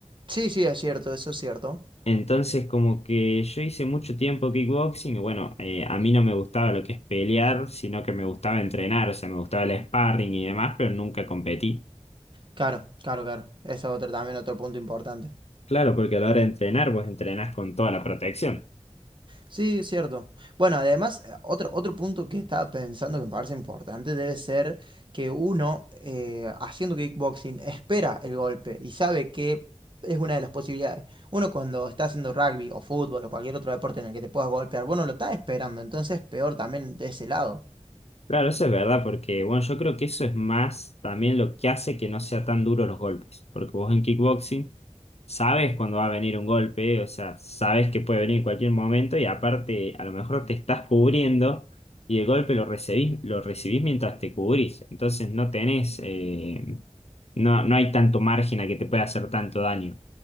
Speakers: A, on the right; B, on the left.
A: Sí, sí, es cierto, eso es cierto.
B: Entonces, como que yo hice mucho tiempo kickboxing y bueno, eh, a mí no me gustaba lo que es pelear, sino que me gustaba entrenar, o sea, me gustaba el sparring y demás, pero nunca competí.
A: Claro, claro, claro. Eso es otro, también otro punto importante.
B: Claro, porque a la hora de entrenar, vos entrenás con toda la protección.
A: Sí, es cierto. Bueno, además, eh, otro, otro punto que estaba pensando que me parece importante debe ser que uno, eh, haciendo kickboxing, espera el golpe y sabe que es una de las posibilidades. Uno cuando está haciendo rugby o fútbol o cualquier otro deporte en el que te puedas golpear, bueno, lo está esperando, entonces peor también de ese lado.
B: Claro, eso es verdad, porque bueno, yo creo que eso es más también lo que hace que no sea tan duro los golpes. Porque vos en kickboxing sabes cuando va a venir un golpe, o sea, sabes que puede venir en cualquier momento y aparte a lo mejor te estás cubriendo y el golpe lo recibís, lo recibís mientras te cubrís. Entonces no tenés, eh, no, no hay tanto margen a que te pueda hacer tanto daño.